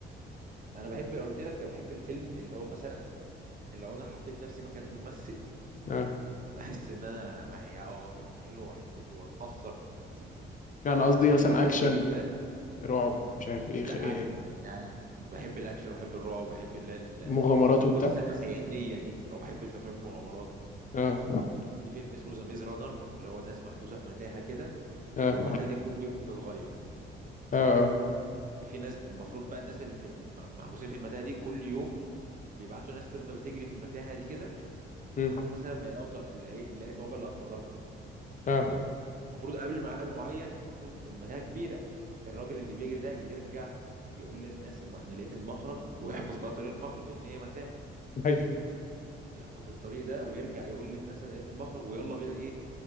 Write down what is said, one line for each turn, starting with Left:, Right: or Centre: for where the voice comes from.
Right: انا بحب قلت لك انا بحب الفيلم اللي هو مثلا لو انا حطيت نفسي مكان الممثل
Left: اه
Right: احس ان انا ع- يعني اه فيلم حلو واحس بيه واتاثر بالتمثيل
Left: يعني قصدي
Right: زي
Left: مثلا
Right: مثلا
Left: اكشن
Right: كريد ده
Left: رعب مش عارف ايه,
Right: لا
Left: خ... إيه
Right: عادي عادي بحب الاكشن بحب الرعب بحب اللي هي
Left: مغامرات وبتاع
Right: القصص الحياتيه دي او بحب في افلام المغامرات
Left: اه
Right: في فيلم اسمه ذا ميز رانر اللي هو ناس محبوسه في متاهه كده
Left: اه
Right: والمتاهه دي كل يوم بتتغير
Left: اه اه
Right: المهم في ناس المفروض بقى الناس اللي في الم- محبوسين في المتاهه دي كل يوم بيبعتوا ناس تفضل تجري في المتاهه دي كده
Left: مم.
Right: لحد مثلا ما يلاقوا ط- يلاقي يلاقي البوابه اللي هتخرجهم
Left: اه
Right: المفروض قبل ميعاد معين يكون المتاهه كبيره الراجل اللي بيجري ده يرجع يقول للناس ما انا لقيت المخرج ويحفظ بقى طريق المخرج لان هي متاهه
Left: هاي
Right: يحفظ الطريق ده ويرجع يقول للناس انا لقيت المخرج ويلا بينا ايه